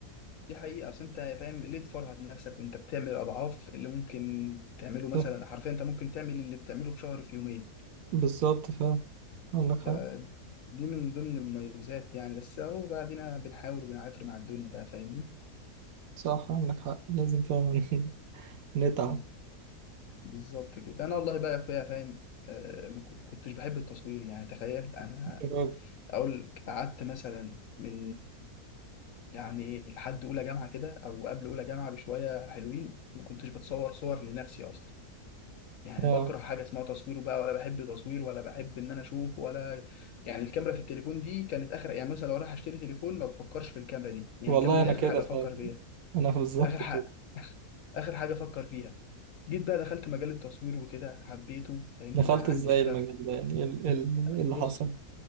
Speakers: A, on the left; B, on the right.
A: دي حقيقة أصل أنت فاهم ليه تفرهد نفسك وأنت بتعمل أضعاف اللي ممكن تعمله مثلا
B: صح،
A: حرفيا أنت ممكن تعمل اللي بتعمله في شهر في يومين
B: بالظبط فعلا عندك حق
A: فدي من ضمن المميزات يعني بس اهو بعدين بنحاول وبنعافر مع الدنيا بقى فاهمني
B: صح عندك حق لازم فعلا <laughs> نتعب
A: مم. بالظبط كده انا والله بقى يا اخويا فاهم آه، ما كن- كنتش بحب التصوير يعني تخيل انا
B: شباب
A: اقول قعدت مثلا من يعني لحد اولى جامعه كده او قبل اولى جامعه بشويه حلوين ما كنتش بتصور صور لنفسي اصلا يعني
B: آه.
A: بكره حاجه اسمها تصوير بقى ولا بحب تصوير ولا بحب ان انا اشوف ولا يعني الكاميرا في التليفون دي كانت اخر يعني مثلا لو رايح اشتري تليفون ما بفكرش في الكاميرا دي يعني
B: والله
A: الكاميرا دي
B: انا
A: اخر
B: كده
A: حاجه
B: فعلا
A: افكر فيها
B: انا بالظبط
A: اخر حاجه
B: كده.
A: <laughs> اخر حاجه افكر فيها جيت بقى دخلت مجال التصوير وكده حبيته فاهمني
B: دخلت
A: بقى
B: ازاي
A: عندي شغف
B: المجال ده يعني ايه ال- ال- إيه اللي
A: بص
B: حصل